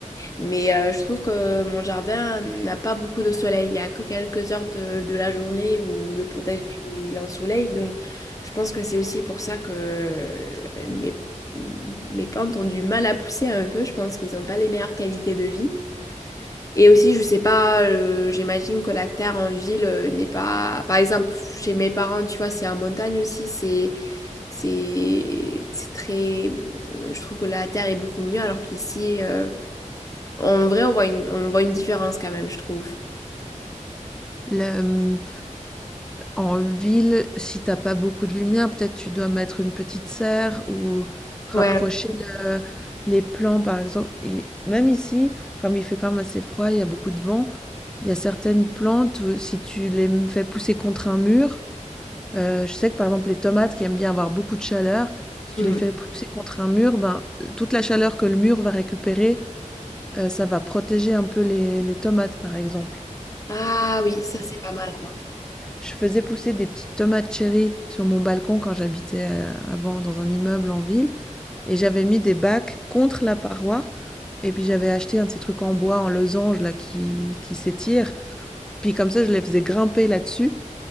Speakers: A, on the left; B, in the centre.
A: Mais euh, je trouve que mon jardin n'a pas beaucoup de soleil. Il n'y a que quelques heures de, de la journée où le potager il est en soleil Donc je pense que c'est aussi pour ça que euh, mes, mes plantes ont du mal à pousser un peu. Je pense qu'ils n'ont pas les meilleures qualités de vie. Et aussi, je sais pas, euh, j'imagine que la terre en ville euh, n'est pas... Par exemple, chez mes parents, tu vois, c'est en montagne aussi. C'est, c'est, c'est très... Je trouve que la terre est beaucoup mieux alors qu'ici... euh, en vrai, on voit une, on voit une différence quand même, je trouve.
B: Le, mmh, en ville, si t'as pas beaucoup de lumière, peut-être tu dois mettre une petite serre ou rapprocher
A: Ouais.
B: le les plants par exemple et même ici, comme il fait quand même assez froid, il y a beaucoup de vent, il y a certaines plantes où si tu les m fais pousser contre un mur, heu, je sais que par exemple les tomates qui aiment bien avoir beaucoup de chaleur, si
A: Hmm.
B: tu les fais pousser contre un mur, ben, toute la chaleur que le mur va récupérer Heu, ça va protéger un peu les les tomates, par exemple.
A: Ah oui, ça c'est pas mal.
B: Je faisais pousser des petites tomates cherry sur mon balcon quand j'habitais, heu, avant dans un immeuble en ville et j'avais mis des bacs contre la paroi et puis j'avais acheté un de ces trucs en bois, en losange là qui qui s'étirent. Puis comme ça, je les faisais grimper là-dessus